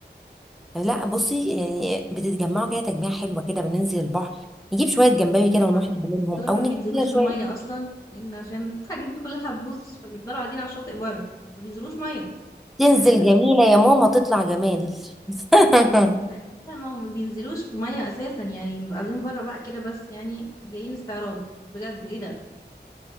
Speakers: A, in the centre; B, on the left.
A: لا بصي يعني بتتجمعوا كده تجميعة حلوة كده بننزل البحر نجيب شوية جمبري كده
B: طبعا
A: ونروح نعملهم
B: دول
A: او
B: ما
A: نجيب
B: بينزلوش
A: كده شوية
B: المية أصلا لأن عشان الحاجات دي كلها بوز فبيفضلوا قاعدين على الشاطئ بره ما بينزلوش مية
A: تنزل
B: أساسا
A: جميلة يا ماما تطلع جمال <laughs>
B: لا ما هم ما بينزلوش في مية أساسا يعني بيبقوا قاعدين بره بقى كده بس يعني جايين استعراض بجد إيه ده